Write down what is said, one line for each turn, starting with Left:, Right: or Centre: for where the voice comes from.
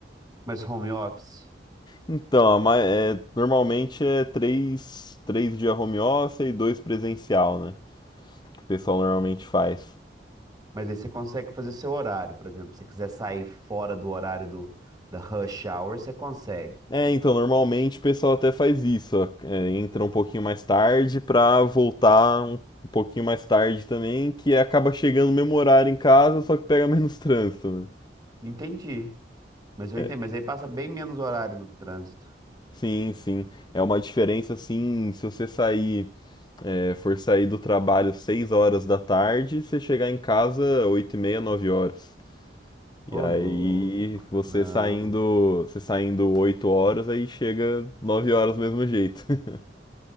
Right: Mas home office?
Left: Então, a ma- é, normalmente é três, três dias home office e dois presencial, né? Que o pessoal normalmente faz.
Right: Mas aí você consegue fazer seu horário, por exemplo. Se você quiser sair fora do horário do, da rush hour, você consegue.
Left: É, então, normalmente o pessoal até faz isso, ó, é, entra um pouquinho mais tarde pra voltar um, um pouquinho mais tarde também, que acaba chegando no mesmo horário em casa, só que pega <laughs> menos trânsito, né?
Right: Entendi. Mas eu
Left: É,
Right: entendo. Mas aí passa bem menos horário no trânsito.
Left: Sim, sim. É uma diferença assim, se você sair, é, for sair do trabalho seis horas da tarde, você chegar em casa oito e meia, nove horas.
Right: Ô,
Left: E aí
Right: louco,
Left: você
Right: não.
Left: saindo, você saindo oito horas, aí chega nove horas do mesmo jeito. <laughs>